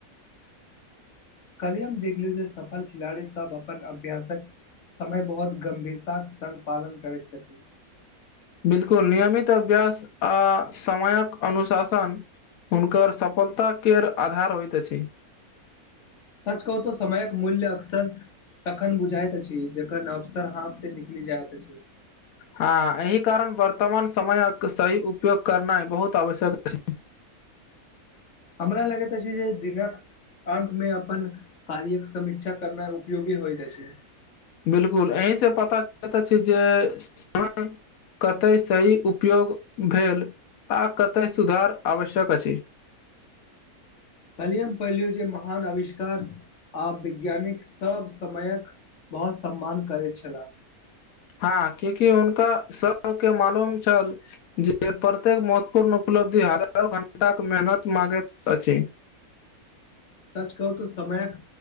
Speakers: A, on the left; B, on the left.
A: कल्हि हम देखलिय जे सफल खिलाड़ी सब अपन अभ्यासक समय बहुत गम्भीरताक संग पालन करैत छथि
B: बिलकुल नियमित अभ्यास आ समयक अनुशासन हुनकर सफलताक के आधार होइत अछि
A: सच कहू तऽ समयक मूल्य अकसर तखन बुझाइत अछि जखन अफसर हाथ से निकलि जाइत अछि
B: हँ एहि कारण वर्तमान समयक सही उपयोग करनाए बहुत आवश्यक अछि
A: हमरा लगैत अछि जे दिनक अंत मे अपन कार्यके समीक्षा करनाइ उपयोगी होइत अछि
B: बिलकुल एहि से पता चलैत अछि जे <inaudible> समय कतय सही उपयोग भेल आ कतय सुधार आवश्यक अछि
A: कल्हि हम पढ़लहुँ जे महान अविष्कार आ वैज्ञानिक सब समयक बहुत सम्मान करैत छलाह
B: हँ क्यूकि हुनका सबके मालूम छल जे प्रत्येक महत्वपूर्ण उपलब्धि हजारो घंटाक मेहनत माँगैत अछि
A: सच कहू त समयक